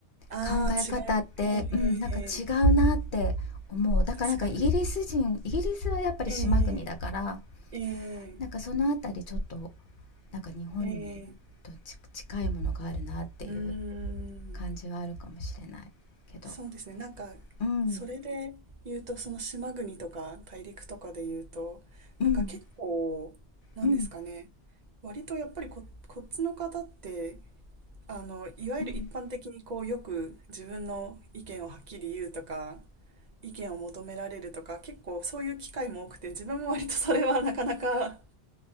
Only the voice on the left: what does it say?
考え方って、
うん、なんか違うなって思うだからなんかイギリス人イギリスはやっぱり島国だから
なんかそのあたりちょっとなんか日本にとち近いものがあるなっていう
感じはあるかもしれないけど
うん
うん
うん
うん